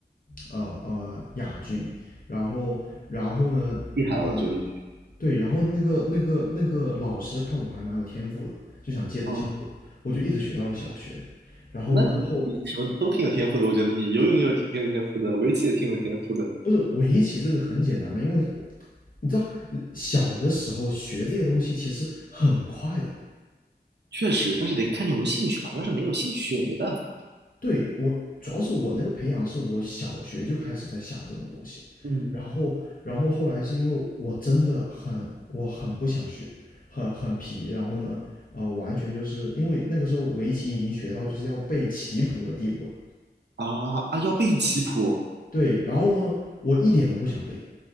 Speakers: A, on the left (about 50°); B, on the right (about 70°).
A: 呃呃亚军，然后然后呢呃。
B: 厉害了，我觉得已经。
A: 对，然后那个那个那个老师看我还蛮有天赋的，就想接着教我，
B: 哦，
A: 我就一直学到了小学。然后呢，
B: 那你你什么都挺有天赋的，
A: 后
B: 我觉得你游泳也有挺挺有天赋的，围棋也挺有天赋的。
A: 不是围棋这个很简单嘛，因为我你知道小的时候学这些东西其实很快的，
B: 确实，但是得看你有没有兴趣嘛，你要是没有兴趣也没办法。
A: 对，我主要是我那个培养是我小学就开始在下这种东西，
B: 嗯，
A: 然后然后后来是因为我真的很我很不想学，很很皮，然后呢，呃，完全就是因为那个时候围棋已经学到就是要背棋谱的地步了，
B: 啊啊，要背棋谱。
A: 对，然后呢，我一点都不想背，